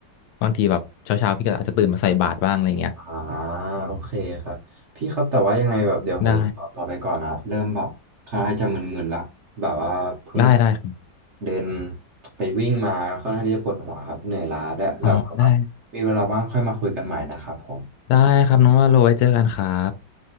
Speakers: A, on the left; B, on the right.
A: บางทีแบบเช้าเช้าพี่ก็อาจจะตื่นมาใส่บาตรบ้างอะไรเงี้ย
B: อ่าโอเคครับ พี่ครับแต่ว่ายังไงแบบเดี๋ยวผมตอขอตัวไปก่อนนะเริ่มแบบคล้ายจะมึนๆแล้วแบบว่าเพิ่ง
A: ได้ได้ได้ครับ
B: เดินไปวิ่งมาค่อนข้างที่จะปวดหัวครับเหนื่อยล้าด้วยเราแบบว่ามีเวลาว่างค่อยมาคุยกันใหม่นะครับผม
A: อ๋อได้ได้ครับน้องว่าโรไว้เจอกันครับ